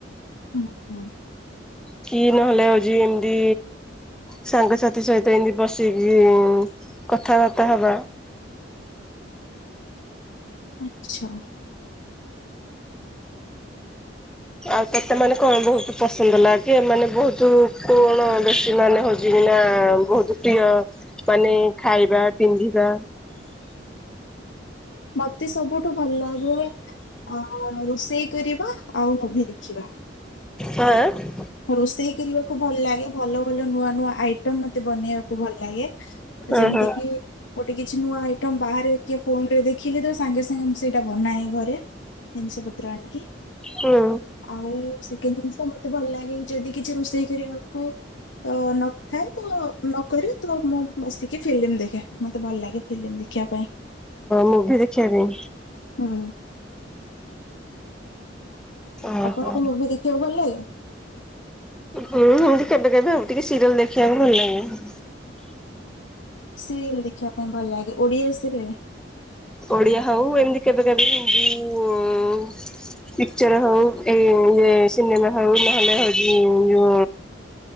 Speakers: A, on the left (about 85°); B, in the centre.
A: ଉଁହୁଁ ହଁ।
B: କି ନହେଲେ ହଉଛି ଏମିତି? ସାଙ୍ଗସାଥି ସହିତ ଏମିତି ବସିକି କଥାବାର୍ତ୍ତା ହେବା।
A: ଆଚ୍ଛା।
B: ଆଉ ତେତେ ମାନେ କଣ ବହୁତ? ପସନ୍ଦ ଲାଗେ ମାନେ ବହୁତ କଣ ବେଶୀ ମାନେ ହଉଛି କିି ନାଁ ବହୁତ ପ୍ରିୟ ମାନେ ଖାଇବା ପିନ୍ଧିବା।
A: ମୋତେ ସବୁଠୁ ଭଲ ଲାଗେ ଆଁ ରୋଷେଇ କରିବା ଆଉ ମୁଭି ଦେଖିବା।
B: ହାଁ ଆଁ।
A: ରୋଷେଇ କରିବାକୁ ଭଲ ଲାଗେ ଭଲ ଭଲ ନୂଆ ନୂଆ ଆଇ ଟମ୍ ମୋତେ ବନେଇବାକୁ ଭଲ ଲାଗେ
B: ଓ
A: ଯେମିତି
B: ହୋ
A: କି ଗୋଟେ କିଛି ନୂଆ ଆଇଟମ୍ ବାହାରେ କି ଫୋନ ରେ ଦେଖିଲେ ତ ସାଙ୍ଗେ ସାଙ୍ଗେ ମୁଁ ସେଇଟା ବନାଏ ଘରେ। ଜିନିଷ ପତ୍ର ଆଣିକି।
B: ହୁଁ।
A: ଆଉ ସେକେଣ୍ଡ ଜିନିଷ ମୋତେ ଭଲ ଲାଗେ ଯଦି କିଛି ରୋଷେଇ କରିବାକୁ ତ ନଥାଏ ତ ନକରେ ତ ମୁଁ ବସିକି ଫିଲ୍ମ ଦେଖେ। ମୋତେ ଭଲ ଲାଗେ ଫିଲ୍ମ ଦେଖିବା ପାଇଁ
B: ମୁଭି ଦେଖିବା ପାଇଁ।
A: ହୁଁ।
B: ଓ
A: ଆପଣଙ୍କୁ
B: ହୋ।
A: ମୁଭି ଦେଖିବାକୁ ଭଲ ଲାଗେ?
B: ହୁଁ ହୁଁ କେବେ କେବେ ଆଉ ଟିକେ ସିରିଏଲ ଦେଖିବାକୁ ଭଲ ଲାଗେ।
A: ସିରିଏଲ ଦେଖିବା ପାଇଁ ଭଲ ଲାଗେ ଓଡିଆ ସିରିଏଲ?
B: ଓଡ଼ିଆ ହଉ ଏମିତି କେବେ କେବେ ହିନ୍ଦୀ ଉଁମ୍ ପିକ୍ଚର ହଉ ଏଁ ଇଏ ସିନେମା ହଉ ନହେଲେ ହଉଛି ଯୋଉଁ